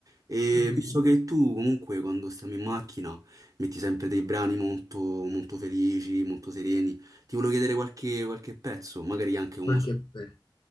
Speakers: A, on the right; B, on the left.
A: E
B: mhm.
A: visto che tu comunque quando stiamo in macchina metti sempre dei brani molto, molto felici, molto sereni, ti volevo chiedere qualche, qualche pezzo, magari anche uno...
B: Qualche,
A: <laughs>
B: pe-